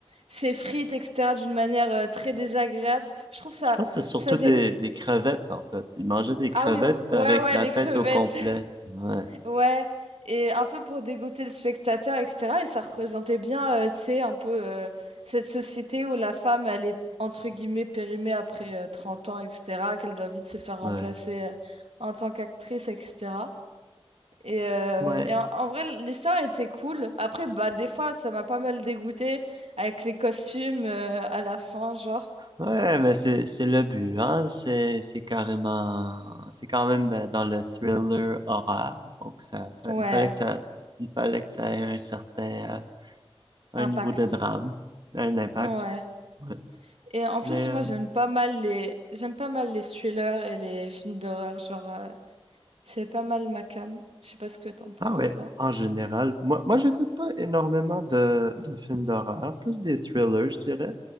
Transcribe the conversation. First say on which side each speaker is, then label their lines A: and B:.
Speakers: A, on the right; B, on the right.
A: ses frites, etc., d'une manière euh, très désagréable. Je trouve ça,
B: Je pense que c'est surtout
A: ça dé...
B: des, des crevettes, en fait. Ils mangeaient des
A: Ah
B: crevettes
A: oui, ou- ouais,
B: avec
A: ouais,
B: la
A: les
B: tête
A: crevettes,
B: au complet.
A: <laughs>
B: Ouais,
A: ouais, et un peu pour dégoûter le spectateur, etc. Et ça représentait bien, euh, tu sais, un peu euh, cette société où la femme, elle est entre guillemets périmée après euh, 30 ans, etc., qu'elle doit vite se faire remplacer
B: ouais,
A: euh, en tant qu'actrice, etc. Et, euh,
B: ouais.
A: et en, en vrai, l'histoire était cool. Après, bah, des fois, ça m'a pas mal dégoûté avec les costumes euh, à la fin, genre.
B: Ouais, mais c'est, c'est le but, hein. C'est, c'est carrément, c'est quand même euh, dans le thriller horreur. Donc, ça, ça,
A: Ouais.
B: il fallait que ça, il fallait que ça ait un certain, euh, un
A: Impact.
B: niveau de drame, un impact.
A: Ouais.
B: Ouais. Ouais.
A: Et en plus,
B: Mais, euh,
A: moi, j'aime pas mal les, j'aime pas mal les thrillers et les films d'horreur. Genre, euh, c'est pas mal ma came. Je sais pas ce que t'en penses,
B: ah ouais,
A: toi.
B: en général, moi, moi, j'écoute pas énormément de, de films d'horreur, plus des thrillers, je dirais.